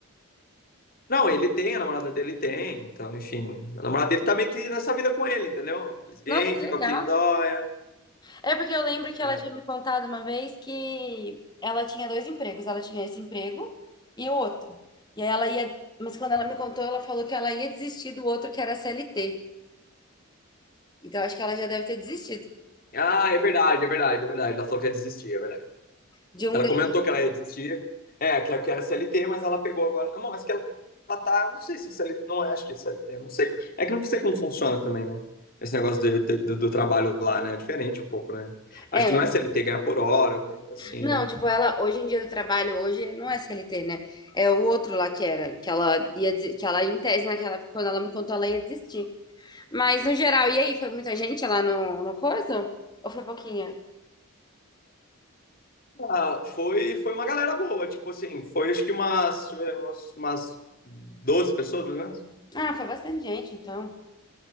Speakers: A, on the left (about 45°); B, on the left (about 20°).
A: Não, ele tem, a namorada dele tem, então, enfim. A namorada dele tá meio que nessa vida com ele, entendeu? Eles vêm,
B: Nossa, que
A: ficam
B: legal.
A: aqui em Dóia.
B: É porque eu lembro que
A: é.
B: ela tinha me contado uma vez que ela tinha dois empregos. Ela tinha esse emprego e o outro. E aí ela ia. Mas quando ela me contou, ela falou que ela ia desistir do outro que era CLT. Então acho que ela já deve ter desistido
A: Ah, é verdade, é verdade, é verdade. Ela falou que ia desistir, é verdade.
B: de um
A: Ela
B: deles.
A: comentou que ela ia desistir, é, que, que era CLT, mas ela pegou agora. Ah, bom, mas que ela, tá, eu não sei se é CLT, não é, acho que é CLT, eu não sei. É que eu não sei como funciona também, né? Esse negócio de, de- do, do trabalho lá, né? É diferente um pouco, né?
B: É,
A: Acho que não
B: um.
A: é CLT, ganha por hora, alguma coisa assim.
B: não, tipo, ela hoje em dia do trabalho hoje não é CLT, né? É o outro lá que era, que ela ia desi- que ela em tese naquela época, quando ela me contou ela ia desistir. Mas no geral, e aí, foi muita gente lá no no coisa? Ou foi pouquinha?
A: Ah, foi, foi uma galera boa, tipo assim, foi acho que umas, deixa umas, umas doze pessoas, mais ou menos.
B: Ah, foi bastante gente, então.